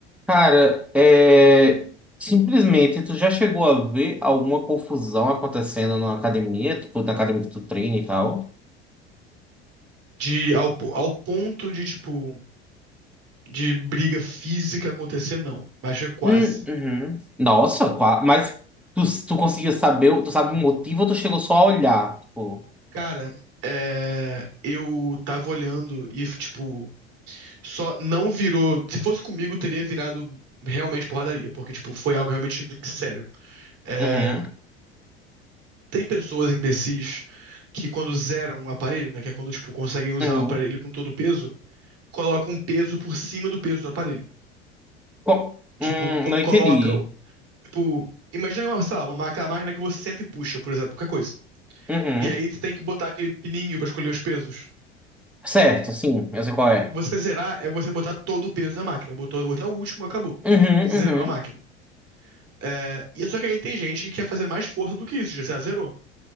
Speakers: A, in the centre; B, on the right.
A: Cara, é... simplesmente tu já chegou a ver alguma confusão acontecendo na academia, tipo na academia que tu treina e tal?
B: De ao, po- ao ponto de, tipo, de briga física acontecer, não. Mas foi quase.
A: Hum, uhum. Nossa, qua- mas tu, tu conseguiu saber, o- tu sabe o motivo ou tu chegou só a olhar? Tipo,
B: Cara, é, eu tava olhando e, tipo, só não virou. Se fosse comigo, teria virado realmente porradaria, porque, tipo, foi algo realmente sério. É,
A: uhum,
B: tem pessoas imbecis que, quando zeram o aparelho, né, que é quando, tipo, conseguem usar
A: uhum.
B: o aparelho com todo o peso, colocam um peso por cima do peso do aparelho.
A: Co-
B: Tipo,
A: hum,
B: co-
A: não
B: coloca
A: entendi.
B: Tipo, imagina uma, sei lá, uma máquina, uma máquina que você senta e puxa, por exemplo, qualquer coisa.
A: Uhum.
B: E aí você tem que botar aquele pininho pra escolher os pesos.
A: Certo, sim, eu sei qual é.
B: Você zerar é você botar todo o peso da máquina. Botou até o último, acabou.
A: Uhum,
B: Você
A: uhum.
B: zerou a máquina. É, e só que aí tem gente que quer fazer mais força do que isso, já sei lá, zerou.